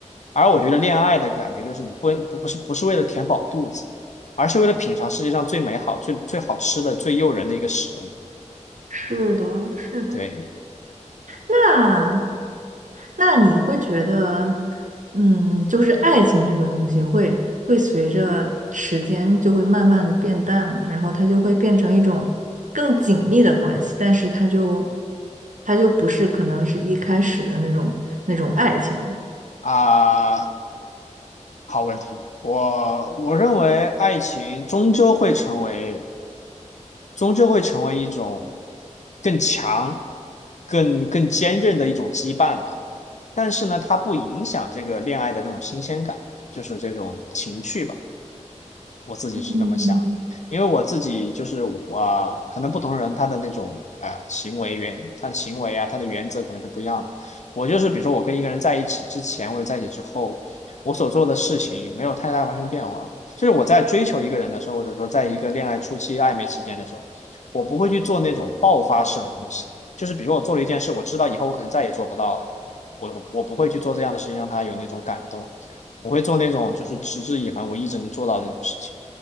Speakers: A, on the left (about 70°); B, on the right (about 85°).
A: 而我觉得恋爱的感觉就是你不不不是不是为了填饱肚子，而是为了品尝世界上最美好、最最好吃的、最诱人的一个食物。
B: 是的，是的。
A: 对
B: 那。那你会觉得，嗯，就是爱情这个东西会会随着时间就会慢慢的变淡嘛，然后它就会变成一种更紧密的关系，但是它就它就不是可能是一开始的那种那种爱情了
A: 啊，好问题。我我认为爱情终究会成为终究会成为一种更强、更更坚韧的一种羁绊吧。但是呢，它不影响这个恋爱的这种新鲜感，就是这种情趣吧。我自己是这么想的，
B: 嗯，
A: 因为我自己就是啊、呃可能不同人他的那种啊、呃行为原，他的行为啊，他的原则可能是不一样的。我就是比如说我跟一个人在一起之前，或者在一起之后，我所做的事情没有太大发生变化。就是我在追求一个人的时候，或者说在一个恋爱初期、暧昧期间的时候，我不会去做那种爆发式的东西。就是比如说我做了一件事，我知道以后我可能再也做不到了，我我我不会去做这样的事情，让他有那种感动。我会做那种就是持之以恒，我一直能做到这种事情。